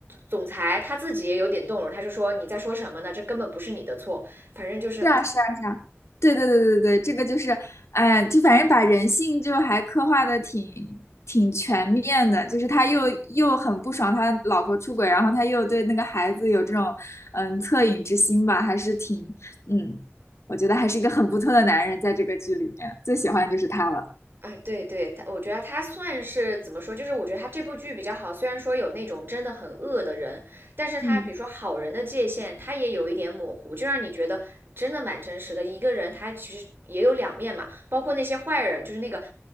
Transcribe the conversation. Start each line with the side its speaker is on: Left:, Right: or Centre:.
Right: 总裁他自己也有点动容，他就说：“你在说什么呢？这根本不是你的错。”反正就是
Left: 是啊，是啊，是啊，对对对对对，这个就是，哎，就反正把人性就还刻画的挺挺全面的，就是他又又很不爽他老婆出轨，然后他又对那个孩子有这种嗯恻隐之心吧，还是挺嗯，我觉得还是一个很不错的男人，在这个剧里面最喜欢就是他了。
Right: 啊，对对，他我觉得他算是怎么说，就是我觉得他这部剧比较好，虽然说有那种真的很恶的人，但是他比如说好人的界限，
Left: 嗯
Right: 他也有一点模糊，就让你觉得真的蛮真实的。一个人他其实也有两面嘛，包括那些坏人，就是那个呃